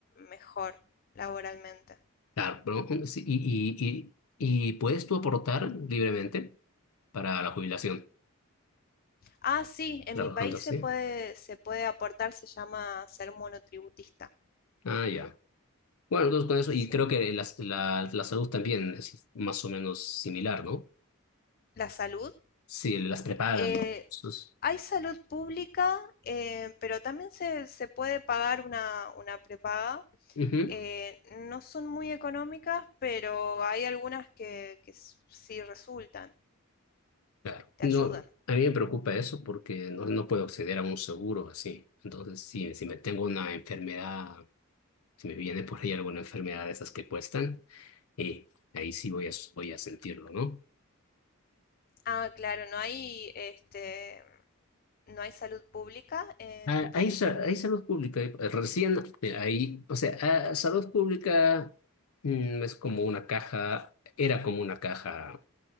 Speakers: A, on the left; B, on the left.
A: mejor laboralmente.
B: Claro, pero, um, sí, y, y, y, y puedes tú aportar libremente para la jubilación
A: Ah, sí, en
B: trabajando
A: mi país
B: así.
A: se puede, se puede aportar, se llama ser monotributista.
B: Ah, ya. Bueno, entonces con eso,
A: Sí.
B: y creo que la, la, la salud también es más o menos similar, ¿no?
A: La salud.
B: Sí, las prepagas,
A: eh,
B: digamos. Entonces,
A: hay salud pública, eh, pero también se, se puede pagar una, una prepaga.
B: ujú,
A: Eh, no son muy económicas, pero hay algunas que, que s- sí resultan,
B: claro.
A: te
B: No,
A: ayudan.
B: a mí me preocupa eso porque no, no puedo acceder a un seguro así. Entonces, si, si me tengo una enfermedad, si me viene por ahí alguna enfermedad de esas que cuestan, eh, ahí sí voy a, voy a sentirlo, ¿no?
A: Ah, claro, no hay, este, no hay salud pública en
B: Ah,
A: tu país.
B: Hay, sa- hay salud pública. eh, Recién eh, ahí, o sea, ah, salud pública mm, es como una caja, era como una caja